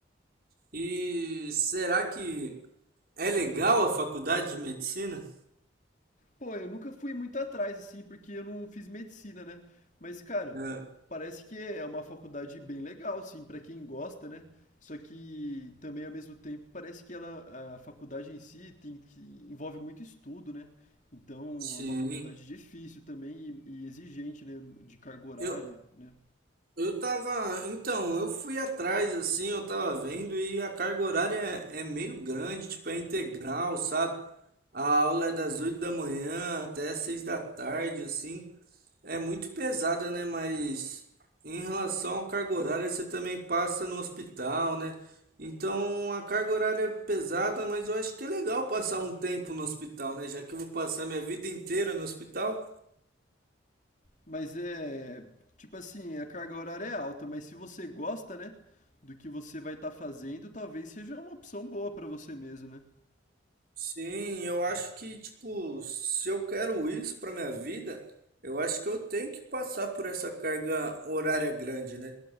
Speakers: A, on the right (about 50°); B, on the left (about 40°).
A: E será que é legal a faculdade de medicina?
B: Pô, eu nunca fui muito atrás, assim, porque eu não fiz medicina, né? Mas, cara,
A: É,
B: parece que é uma faculdade bem legal, assim, pra quem gosta, né? Só que também, ao mesmo tempo, parece que ela, a faculdade em si tem que, envolve muito estudo, né? Então,
A: sim.
B: é uma faculdade difícil também e, e exigente, né? De carga horária,
A: Eu,
B: né?
A: Eu tava, então, eu fui atrás assim, eu tava vendo e a carga horária é, é meio grande, tipo, é integral, sabe? A aula é das 8 da manhã até 6 da tarde, assim. É muito pesada, né? Mas em relação à carga horária, você também passa no hospital, né? Então a carga horária é pesada, mas eu acho que é legal passar um tempo no hospital, né? Já que eu vou passar minha vida inteira no hospital.
B: Mas é, tipo assim, a carga horária é alta, mas se você gosta, né? Do que você vai estar fazendo, talvez seja uma opção boa pra você mesmo, né?
A: Sim, eu acho que, tipo, se eu quero isso para minha vida, eu acho que eu tenho que passar por essa carga horária grande, né?